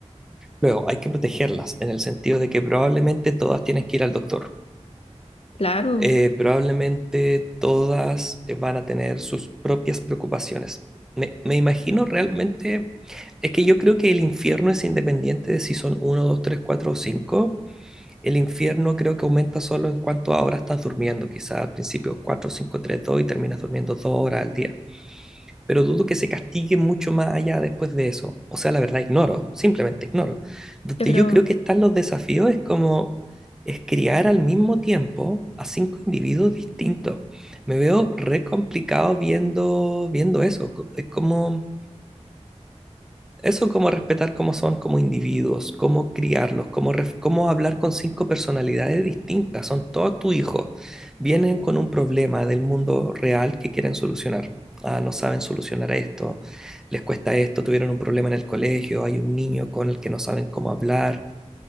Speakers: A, in the centre; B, on the left (about 55°).
A: Luego, hay que protegerlas en el sentido de que probablemente todas tienen que ir al doctor.
B: Claro,
A: Eh, probablemente todas eh, van a tener sus propias preocupaciones. Me, me imagino realmente, es que yo creo que el infierno es independiente de si son uno, 2, 3, 4 o 5. El infierno creo que aumenta solo en cuanto ahora estás durmiendo. Quizás al principio 4, 5, 3, 2 y terminas durmiendo 2 horas al día pero dudo que se castigue mucho más allá después de eso. O sea, la verdad, ignoro, simplemente ignoro. Donde
B: yo creo,
A: yo creo que están los desafíos es como es criar al mismo tiempo a cinco individuos distintos. Me veo re complicado viendo, viendo eso. co- Es como eso como respetar cómo son como individuos, cómo criarlos, cómo, ref- cómo hablar con cinco personalidades distintas. Son todos tus hijos. Vienen con un problema del mundo real que quieren solucionar. Ah, no saben solucionar esto, les cuesta esto, tuvieron un problema en el colegio, hay un niño con el que no saben cómo hablar,